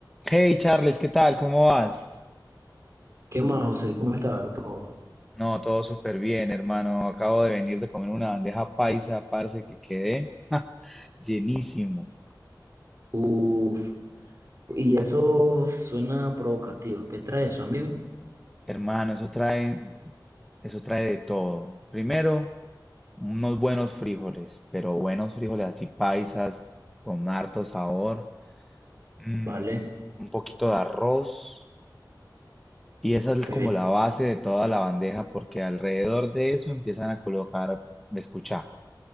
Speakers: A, in the centre; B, on the right.
A: Hey Charles, ¿qué tal? ¿Cómo vas?
B: ¿Qué más, José? ¿Cómo está todo?
A: No, todo súper bien, hermano. Acabo de venir de comer una bandeja paisa, parce, que quedé llenísimo.
B: Uf, y eso suena provocativo. ¿Qué trae eso, amigo?
A: Hermano, eso trae, eso trae de todo. Primero, unos buenos frijoles, pero buenos frijoles así paisas, con harto sabor, mm,
B: Vale,
A: un poquito de arroz, y esa
B: ok,
A: es como la base de toda la bandeja, porque alrededor de eso empiezan a colocar, escucha,